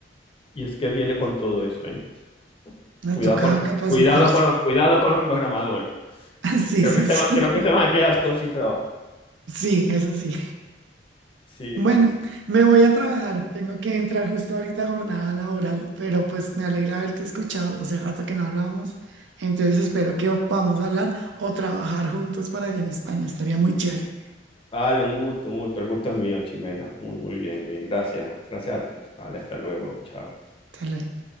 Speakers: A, on the left; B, on the right.
A: Y es que viene con todo eso, ¿eh?
B: me
A: Cuidado
B: toca
A: con los,
B: capacitarse.
A: cuidado con los, cuidado
B: <laughs>
A: con los programadores.
B: Sí,
A: Creo
B: sí,
A: que se
B: sí.
A: va- creo que se van a quedar todos sin trabajo.
B: Sí, eso sí.
A: Sí,
B: Bueno,
A: sí, sí.
B: me voy a trabajar. Tengo que entrar justo ahorita a jornada laboral, pero pues me alegra haberte escuchado. Hace rato que no hablábamos. Entonces espero que podamos hablar o trabajar juntos para allá en España. Estaría muy chévere.
A: Vale, un gusto, un gusto. El gusto es mío, Chimena. Muy, muy bien, muy bien. Gracias. Gracias a ti. Vale, hasta luego. Chao.
B: Hasta luego.